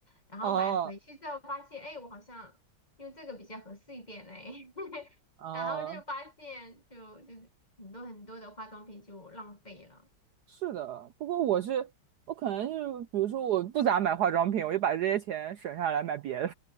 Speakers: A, on the left (about 25°); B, on the right (about 65°).
A: 然后买回去之后发现，
B: 哦
A: 哎，我好像用这个比较合适一点嘞，<laughs>
B: 哦，
A: 然后就发现就就是很多很多的化妆品就浪费了。
B: 是的，不过我是我可能就是比如说我不咋买化妆品，我就把这些钱省下来买别的。